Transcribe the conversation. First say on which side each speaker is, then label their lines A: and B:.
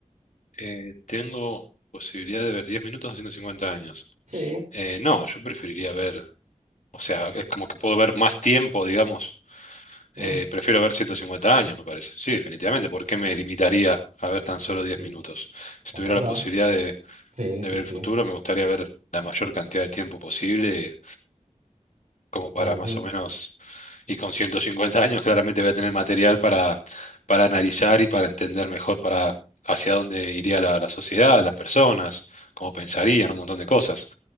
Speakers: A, on the left; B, on the right.
A: Eh, tengo posibilidad de ver 10 minutos a 150 años.
B: Sí,
A: Eh, no, yo preferiría ver, o sea, es como que puedo ver más tiempo, digamos.
B: mm,
A: Eh, prefiero ver 150 años, me parece. Sí, definitivamente. ¿Por qué me limitaría a ver tan solo diez
B: mm,
A: minutos? Si
B: es
A: tuviera
B: verdad,
A: la posibilidad de,
B: sí,
A: de
B: sí,
A: ver el
B: sí.
A: futuro, me gustaría ver la mayor cantidad de tiempo posible como para
B: Ujú,
A: más o menos, y con 150 años claramente voy a tener material para, para analizar y para entender mejor para hacia dónde iría la, la sociedad, las personas, cómo pensarían, un montón de cosas.